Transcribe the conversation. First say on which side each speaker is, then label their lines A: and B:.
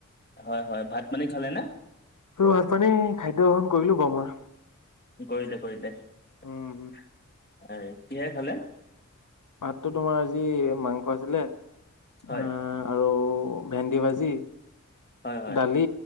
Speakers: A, on the left; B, on the left.
A: হয় হয় ভাত পানী খালে নে?
B: ভাত পানী খাদ্য গ্ৰহণ কৰিলো বাৰু মই।
A: কৰিলে কৰিলে, এ
B: উম
A: কিহেৰে খালে?
B: ভাততো তোমাৰ আজি মাংস আছিলে,
A: হয়
B: আহঁ আৰু ভেন্দি ভাজি।
A: হয় হয়
B: দালি